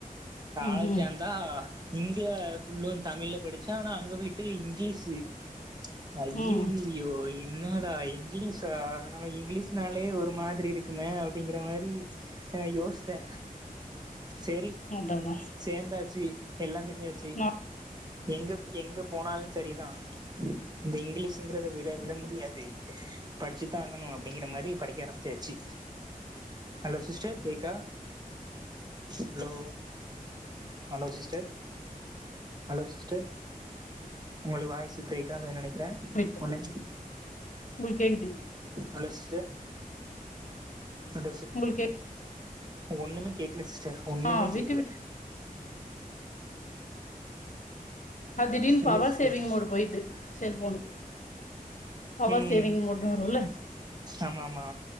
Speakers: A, on the right; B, on the left.
A: காலேஜ்
B: ம்ஹ்ம்
A: சேந்தா இங்க ஃபுல்லு தமிழ்ல படிச்ச ஆனா அங்க போயிட்டு இங்கிலீஷு ஐயயோ
B: ம்
A: என்னடா இங்கிலீஷா நம்ம இங்கிலீஷ்னாலே ஒரு மாதிரி இருக் குமே அப்டிங்கிற மாரி யோசித்தே சரி
B: அதா அதா
A: சேந்தாச்சு எல்லா செஞ்சாச்சு
B: நா
A: எங்க எங்க போனாலு சரிதா இந்த இங்கிலீஷ்ங்கிறத விட விட முடியாது படிச்சு தான ஆங்கணு அப்டிங்கிற மாரி படிக்க ஆரம்பிச்சாச்சு ஹலோ சிஸ்டர் கேக்கா hello hello sister hello sister உங்கள் வாய்ஸ் பிரேக்காக நெக் க்கரே
B: விட்டது
A: ஒன்னே
B: உங்களுக்கு கேக்குதுங்
A: ஹலோஸ் டர் ஆ
B: உங்களுக்கே
A: ஒண்ணுமே கேக்கல சிஸ்டர் ஒண்ணுமே
B: ஆ
A: கேக்கல
B: விட்டு விட்டு அ திடீனு பவர்
A: இல்ல சிஸ்டர்
B: சேவிங் மோடு போய்டு செல்போன் பவர்
A: ம்
B: சேவிங் மோடுன்னு வரும்ல
A: ஆமா ஆமா